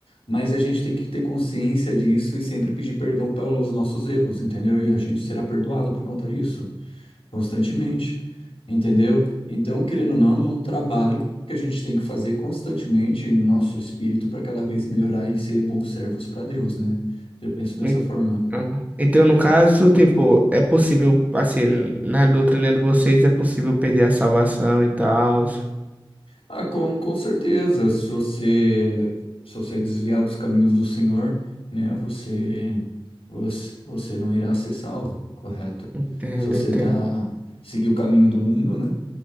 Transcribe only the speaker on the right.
E-
Então, no caso, tipo, é possível, assim, na doutrina de vocês é possível perder a salvação e tal.
Entendo,
entendo.